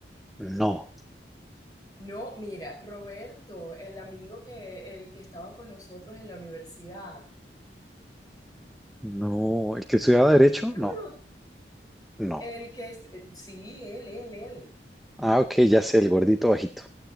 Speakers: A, in the centre; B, on the left.
A: No,
B: No, mira, Roberto, el amigo que, el que estaba con nosotros en la universidad.
A: no, el que estudiaba derecho,
B: No
A: no,
B: lo
A: no.
B: El que es, eh, sí, él, él, él.
A: Ah, ok, ya sé, el gordito bajito.